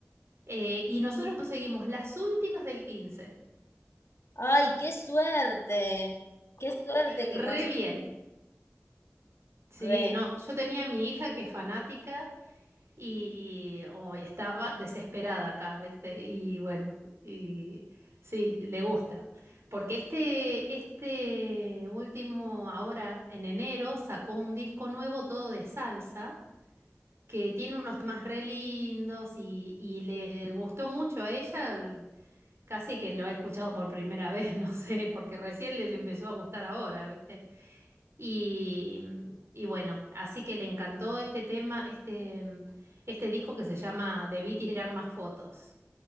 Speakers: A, on the right (about 60°); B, on the left (about 60°).
A: Eh, y nosotros conseguimos las últimas del 15.
B: ¡Ay, qué suerte! ¡Qué suerte
A: Re
B: que conseguiste!
A: bien. Sí,
B: Re.
A: no, yo tenía a mi hija que es fanática y, hoy estaba desesperada acá, ¿viste? Y bueno, y sí, le gusta. Porque este, este último, ahora en enero, sacó un disco nuevo todo de salsa, que tiene unos temas re lindos y, y le gustó mucho a ella. Casi que lo he escuchado por primera vez, <laughs> no sé, porque recién le, le empezó a gustar ahora, ¿viste? Y, y bueno, así que le encantó este tema, este, mm, este disco que se llama Debí tirar más fotos,